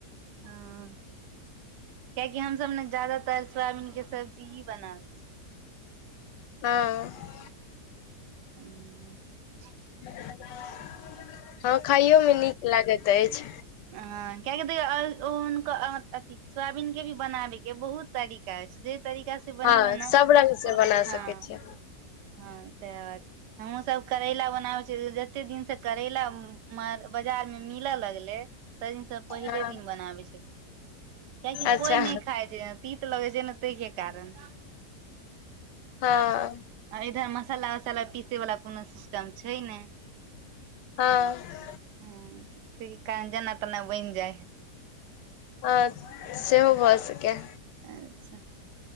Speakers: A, on the right; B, on the left.
A: <unintelligible> कियाकि हम सब न ज्यदातर सोयाबीन केँ सब्जी ही बनैब
B: <unintelligible>
A: <unintelligible>
B: <unintelligible> हँ रवैयो में नीक लागैत ऐछ
A: हऽ किया की <unintelligible> सोयाबीन केँ भी बनाबे केँ बहुत तरीका ऐछ जै तरीका से बनैबै
B: हँ
A: न
B: सब रंग
A: <inaudible>
B: से
A: ओ
B: बना सकै
A: हऽ
B: छियै
A: हँ सैह बात छै हमहुँ सब करैला बनाबै छी जते दिन से करैला मार बाजार में मिले लगले तै दिन सब पहिले
B: हँ
A: दिन बनाबै छै करैला किय कि
B: अच्छा
A: कोई नै खाय छै तीत लगै छै न तैय केँ कारण।
B: हऽ
A: आ इधर मसाला वसाला पीसे वला कोनो सिस्टम छै नै
B: हँ
A: हु तै कान जेना तना बन जाइ है
B: हँ सेहो भऽ सकै
A: अच्छा